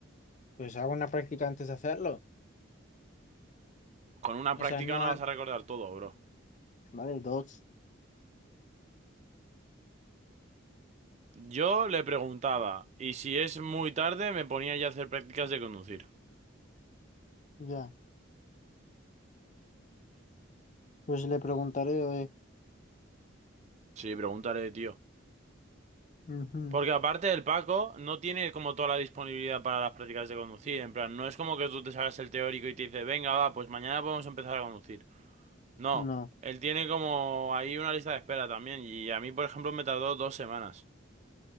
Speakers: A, on the left; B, on the right.
A: Pues hago una práctica antes de hacerlo.
B: Con una
A: O
B: práctica
A: sea, no
B: no
A: antes.
B: vas a recordar todo, bro.
A: Vale, dos.
B: Yo le preguntaba, y si es muy tarde, me ponía ya a hacer prácticas de conducir.
A: Ya. Pues le preguntaré, oye.
B: Sí, pregúntale, tío.
A: ujú,
B: Porque aparte el Paco no tiene como toda la disponibilidad para las prácticas de conducir. En plan, no es como que tú te hagas el teórico y te dice, venga, va, pues mañana podemos empezar a conducir. No,
A: No.
B: él tiene como ahí una lista de espera también y a mí, por ejemplo, me tardó dos semanas.